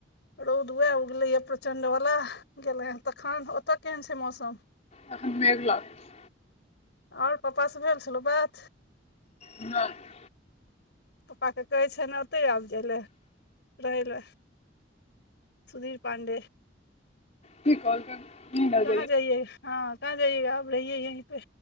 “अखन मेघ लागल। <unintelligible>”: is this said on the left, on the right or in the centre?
Left